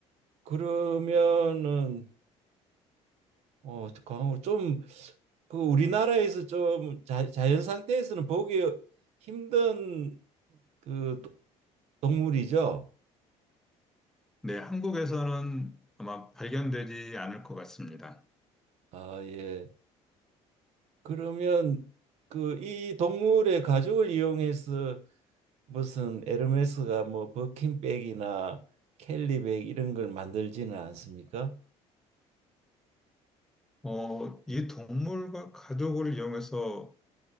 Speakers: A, on the right; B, in the centre.
A: 그러면은 어, 광좀그 우리나라에서 좀 자, 자연 상태에서는 보기 힘든 그 도- 동물이죠.
B: 네, 한국에서는 아마 발견되지 않을 것 같습니다.
A: 아, 예. 그러면 그 이 동물의 가죽을 이용해서 무슨 에르메스가 뭐 버킨백이나 캘리백 이런 걸 만들지는 않습니까?
B: 어, 이 동물과 가족을 이용해서